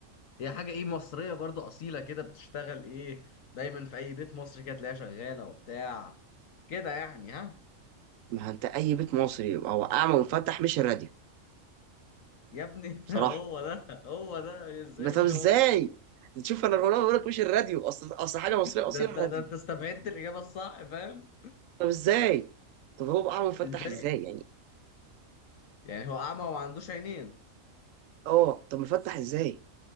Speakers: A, on the left; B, on the right.
A: هي حاجه ايه مصريه برضو اصيله كده بتشتغل ايه دايما في اي بيت مصري كده تلاقيها شغاله وبتاع كده يعني ها
B: ما هو انت اي بيت مصري يبقى هو اعمى ومفتح مش الراديو
A: يا ابني
B: بصراحه
A: <laughs> هو ده هو ده ازاي
B: يبقى طب
A: مش
B: ازاي
A: هو
B: تشوف انا الغلابه بقول لك مش الراديو اصل اصل حاجه
A: <laughs>
B: مصريه اصيل
A: ده انت
B: الراديو
A: ده انت استبعدت الاجابه الصح فاهم
B: طب ازاي طب هو بقى اعمى ومفتح
A: ازاي
B: ازاي يعني
A: يعني هو اعمى وما عندوش عينين
B: اه طب مفتح ازاي